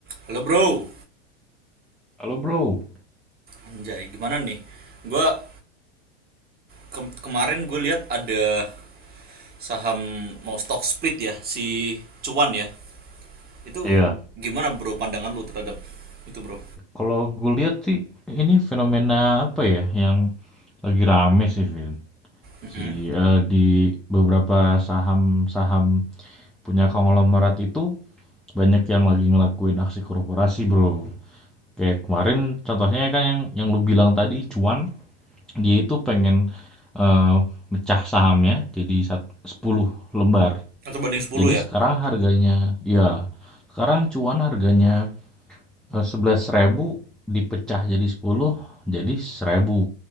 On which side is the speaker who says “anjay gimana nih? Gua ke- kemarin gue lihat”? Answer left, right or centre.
Right